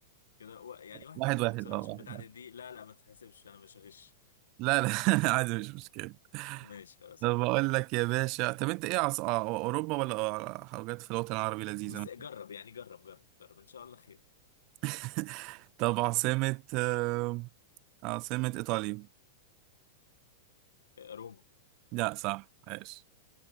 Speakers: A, on the left; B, on the right.
A: كده و- يعني واحد
B: واحد
A: صفر
B: واحد
A: بصراحة
B: اه
A: عشان
B: واحد
A: بتاعتي
B: واحد
A: دي لا لا ما تتحسبش انا مش هغش
B: لا لا <laughs> عادي مش مشكلة
A: ماشي خلاص
B: طب
A: واحد
B: بقول لك يا باشا طب انت ايه عص... آه، اوروبا ولا آه، حاجات في الوطن العربي لذيذة
A: بص جرب يعني جرب جرب جرب ان شاء الله خير
B: <laughs> طب عاصمة آه، عاصمة ايطاليا
A: روما
B: لا صح عايش